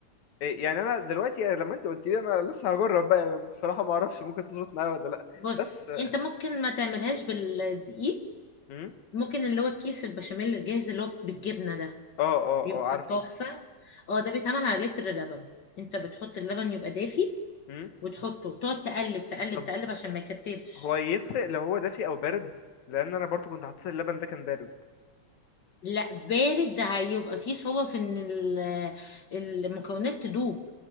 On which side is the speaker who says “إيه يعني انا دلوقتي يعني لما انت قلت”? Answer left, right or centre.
Left